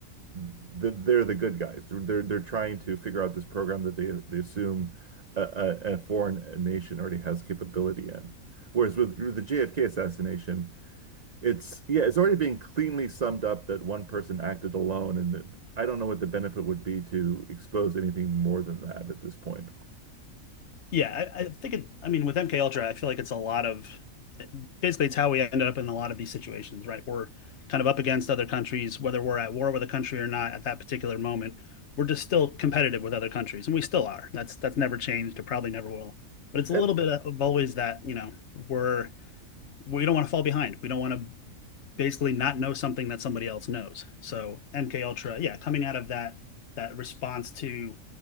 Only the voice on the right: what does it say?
they're the good guys. They're, they're trying to figure out this program that they they assume a, a, foreign nation already has capability in. Whereas with, with the JFK assassination, it's yeah, it's already being cleanly summed up that one person acted alone, and it- I don't know what the benefit would be to expose anything more than that at this point.
And